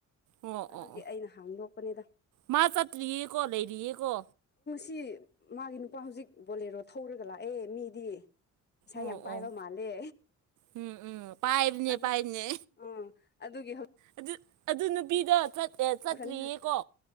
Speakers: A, on the right; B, on the left.
A: ꯑꯣ ꯑꯣ
B: ꯑꯗꯨꯒꯤ
A: ꯑꯣ
B: ꯑꯩꯅ ꯍꯥꯡꯗꯣꯛꯄꯅꯤꯗ
A: ꯃꯥ ꯆꯠꯇ꯭ꯔꯤꯌꯦ ꯀꯣ ꯂꯩꯔꯤꯌꯦ ꯀꯣ
B: ꯁꯤ ꯃꯥꯒꯤ ꯅꯨꯄꯥ ꯍꯧꯖꯤꯛ ꯕꯣꯂꯦꯔꯣ ꯊꯧꯔꯒ ꯂꯥꯛꯑꯦ ꯃꯤꯗꯤ ꯏꯁꯥ
A: ꯑꯣ
B: ꯌꯥꯝ ꯄꯥꯏꯕ
A: ꯑꯣ
B: ꯃꯥꯜꯂꯦ
A: ꯎꯝ ꯎꯝ ꯄꯥꯏꯕꯅꯦ
B: ꯑꯗꯨ
A: ꯄꯥꯏꯕꯅꯦ
B: ꯎ ꯑꯗꯨꯒꯤ ꯍꯧꯖꯤꯛ
A: ꯑꯗꯨ ꯑꯗꯨ ꯅꯨꯄꯤꯗꯣ ꯆꯠꯇ꯭ꯔꯤꯌꯦ
B: ꯈꯅꯤ
A: ꯀꯣ